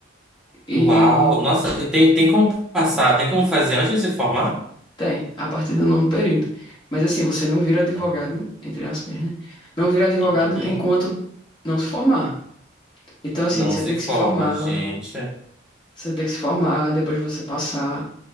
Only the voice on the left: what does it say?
E
tem, a partir do nono período. Mas assim, você não vira advogado,
entre aspas, né? Não vira advogado
enquanto não se formar. Então, assim,
você
tem
que se formar,
você tem que se formar, depois você passar.